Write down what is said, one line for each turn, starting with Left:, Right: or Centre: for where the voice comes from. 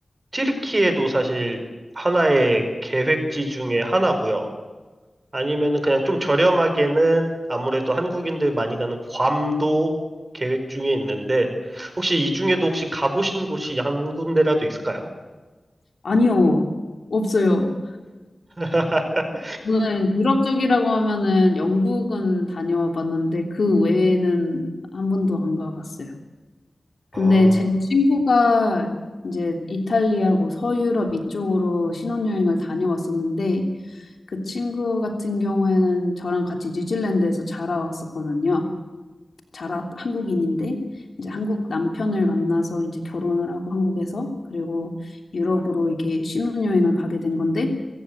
Right: 튀르키예도 사실 하나의 계획지 중에 하나고요. 아니면은 그냥 좀 저렴하게는 아무래도 한국인들 많이 가는 괌도 계획 중에 있는데 혹시 이 중에도 혹시 가보신 곳이 한 군데라도 있을까요?
Left: 아니요, 없어요.
Right: <laughs>
Left: 저는 유럽 쪽이라고 하면은 영국은 다녀와 봤는데 그 외에는 한 번도 안 가봤어요. 근데
Right: 아,
Left: 제 친구가 이제 이탈리아 뭐 서유럽 이쪽으로 신혼여행을 다녀왔었는데 그 친구 같은 경우에는 저랑 같이 뉴질랜드에서 자라왔었거든요. 자라 한국인인데 이제 한국 남편을 만나서 이제 결혼을 하고 한국에서 그리고 유럽으로 이렇게 신혼여행을 가게 된 건데